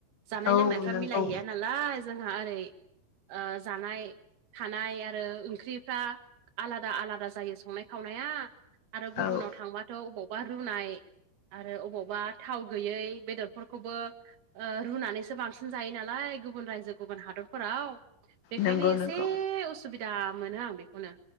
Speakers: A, on the right (about 80°); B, on the left (about 70°).
A: जानाय
B: औ
A: लोंनायफ्रा
B: नंगौ
A: मिलायहैया ना नालाय जोंहा ओरै ओ जानाय, थानाय आरो ओंख्रिफ्रा आलादा-आलादा जायो संनाय खावनाया आरो गुबुनाव
B: औ
A: थांबाथ' अबावबा रुनाय आरो अबावबा थाव गैयै बेदरफोरखौबो ओ रुनानैसो बांसिन जायो नालाय गुबुन रायजो गुबुन हादरफोराव। बेखायनो
B: नंगौ
A: एसे
B: नंगौ
A: उसुबिदा मोनो आं बेखौनो।